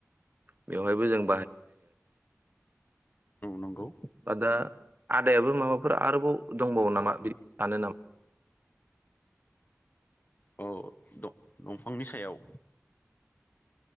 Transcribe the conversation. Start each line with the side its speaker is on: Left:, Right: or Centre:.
Right: बेवहायबो जों
Left: नंगौ
Right: <unintelligible> आदायाबो माबाफोर आरोबाव दंबावो नामा बिदि सानो नामा।
Left: औ दंफांनि सायाव।